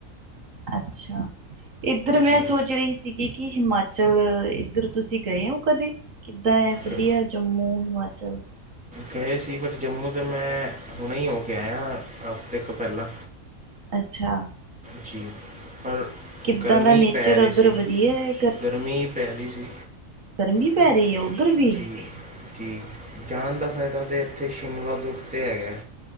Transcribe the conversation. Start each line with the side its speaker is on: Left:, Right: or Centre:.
Right: ਅੱਛਾ। ਇੱਧਰ ਮੈਂ
Centre: ਜੀ
Right: ਸੋਚ ਰਹੀ ਸੀ। ਕੀ -ਕੀ ਹਿਮਾਚਲ, ਇੱਧਰ ਤੁਸੀਂ ਗਏ ਹੋ ਕਦੇ? ਕਿੱਦਾਂ ਹੈ ਵਧੀਆ
Centre: ਗ-
Right: ਜੰਮੂ, ਹਿਮਾਚਲ
Centre: ਗਏ ਸੀ ਪਰ ਜੰਮੂ ਤਾਂ ਮੈਂ, ਹੁਣੇ ਹੀ ਹੋ ਕੇ ਆਇਆ ਹਫ਼ਤੇ ਕੁ ਪਹਿਲਾਂ।
Right: ਅੱਛਾ।
Centre: ਜੀ <unintelligible> ਪਰ,
Right: ਕਿੱਦਾਂ
Centre: ਗਰਮੀ
Right: ਦਾ ਨੇਚਰ
Centre: ਹੀ ਪੈ ਰਹੀ
Right: ਉੱਧਰ
Centre: ਸੀ,
Right: ਵਧੀਆ ਹੈ
Centre: ਗਰਮੀ ਹੀ ਪੈ ਰਹੀ ਸੀ।
Right: ਗਰਮੀ
Centre: ਪਰ
Right: ਪੈ ਰਹੀ ਹੈ ਉੱਧਰ ਵੀ?
Centre: ਜੀ ਜੀ ਜਾਣ ਦਾ ਫਾਇਦਾ ਤਾਂ ਇੱਥੇ ਸ਼ਿਮਲਾ ਤੋਂ ਉੱਤੇ ਹੈਗਾ।